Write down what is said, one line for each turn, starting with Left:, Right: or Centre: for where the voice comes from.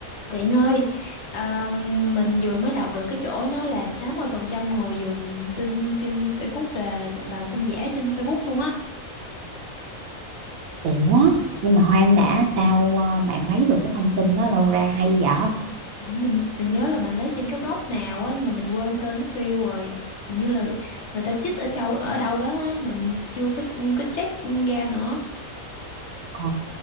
Left: Bạn ơi, à, mình vừa mới đọc được cái chỗ nói là 60% người dùng tin trên Facebook là vào tin giả trên Facebook luôn á.
Right: Ủa, nhưng mà Hoang đã sao ờ, bạn lấy được cái thông tin đó đâu ra hay vậy?
Left: Ủa, Mình mình nhớ là mình lấy trên cái blog nào á nhưng mà mình quên tên mất tiêu rồi. Hình như là người ta chích ở châu ở đâu đó á, mình chưa có có check ra nữa.
Right: Ồ,